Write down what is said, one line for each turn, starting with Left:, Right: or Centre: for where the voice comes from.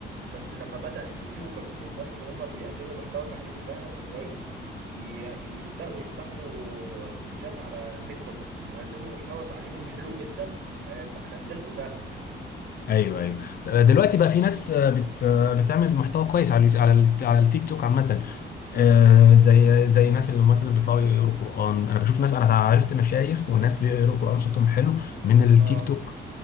Right: بس لما بدأ اليوتيوبرز والناس اللي هم بيقدموا محتوى تعليمي فعلا وكويس ي- يبدأوا يفتحوا بيدجات على تيك توك ويقدموا محتوى تعليمي حلو جدا آه، بقى- نزلته فعلا
Left: ايوه ايوه دلوقتي
Right: م- م-
Left: بقى في ناس بت بتعمل محتوى كويس على اليوت- على الت- على التيك توك عامه
Right: م-
Left: آه،
Right: م.
Left: زي زي ناس اللي مثلا بيطلعوا يقروا قران انا بشوف ناس انا عرفت مشايخ وناس بيقروا قران صوتهم حلو من التيك
Right: اه
Left: توك